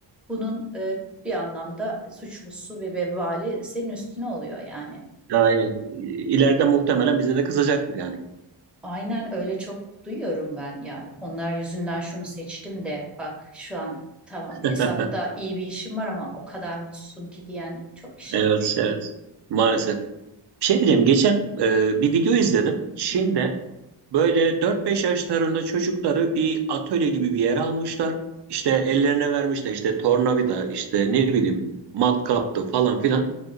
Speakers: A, in the centre; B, on the right.
A: bunun e, bir anlamda suçlusu ve vebali senin üstüne oluyor yani.
B: Aynen. İleride muhtemelen bize de kızacaktır yani.
A: Aynen öyle çok duyuyorum ben ya. Onlar yüzünden şunu seçtim de bak şu an tamam
B: <laughs>
A: hesapta iyi bir işim var ama o kadar mutsuzum ki diyen çok kişi
B: Evet,
A: var.
B: evet. Maalesef. Bir şey diyeceğim. Geçen e, bir video izledim. Çin'de
A: Hı hı.
B: böyle dört beş yaşlarında çocukları bir atölye gibi bir yere almışlar. İşte ellerine vermişler işte tornavida, işte ne bileyim matkaptı falan filan.